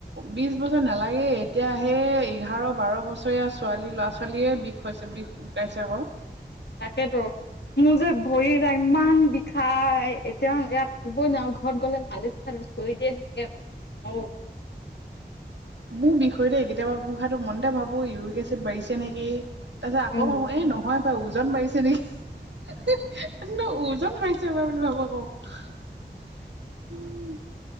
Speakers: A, on the right; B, on the left.
A: বি বছৰ নালাগে এতিয়াহে এঘাৰ বাৰ বছৰীয়া ছোৱালী ল'ৰা ছোৱালী এ বিষ হৈছে, বিষ গুটাইছে আকৌ।
B: তাকেতো। মোৰ যে ভৰি ইমান বিষাই, এতিয়া ইয়াত কবই নোৱাৰো ঘৰত গ'লে মালিচ চালি কৈ দে নিকে আৰু।
A: মোৰ বিষয়তে কেতিয়াবা গুহাটো মনতে ভাবো‌ ৌ ইউৰিক এচিড বাঢ়িছে নেকি, তাৰপাছত আকৌ
B: উম,
A: ভাবো এ নহয় বাৰ ওজন বাঢ়িছে নেকি। ন ওজন বাঢ়িছে বুলি ভাবো। অ', উম।